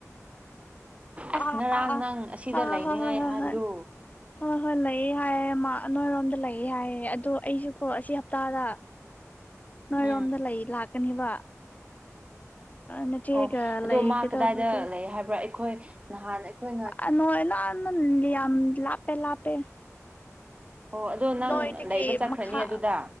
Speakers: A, on the right; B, on the left.
A: ꯑꯁ
B: ꯑꯥ
A: ꯉꯔꯥꯡ
B: ꯑꯥ ꯑꯥ
A: ꯅꯪ ꯑꯁꯤꯗ
B: ꯑꯥ
A: ꯂꯩꯅꯤꯡꯉꯥꯏ
B: ꯍꯣꯏ ꯍꯣꯏ ꯍꯣꯏ
A: ꯍꯥꯏꯕꯗꯨ
B: ꯍꯣꯏ ꯍꯣꯏ ꯍꯣꯏ ꯂꯩꯌꯦ ꯍꯥꯏꯌꯦ ꯃꯥ ꯅꯣꯏꯔꯣꯝꯗ ꯂꯩꯌꯦ ꯍꯥꯏꯌꯦ ꯑꯗꯣ ꯑꯩꯁꯨ ꯀꯣ ꯑꯁꯤ ꯍꯞꯇꯥꯗ ꯅꯣꯏꯔꯣꯝꯗ
A: ꯎꯝ
B: ꯂꯩ ꯂꯥꯛꯀꯅꯤꯕ ꯅꯆꯦꯒ
A: ꯑꯣ ꯑꯗꯣ
B: ꯂꯩꯒꯗꯕꯗꯨ
A: ꯃꯥ ꯀꯗꯥꯏꯗ ꯂꯩ ꯍꯥꯏꯕ꯭ꯔꯥ ꯑꯩꯈꯣꯏ ꯅꯍꯥꯟ ꯑꯩꯈꯣꯏ
B: ꯑꯅꯣꯏꯅ ꯅꯟ ꯌꯥꯝ ꯂꯥꯄꯦ ꯂꯥꯄꯦ <unintelligible>
A: ꯑꯣ ꯑꯗꯣ ꯅꯪ
B: ꯅꯣꯏꯗꯒꯤ
A: ꯂꯩꯕ ꯆꯠꯈ꯭ꯔꯅꯤ
B: ꯃꯈꯥ
A: ꯑꯗꯨꯗ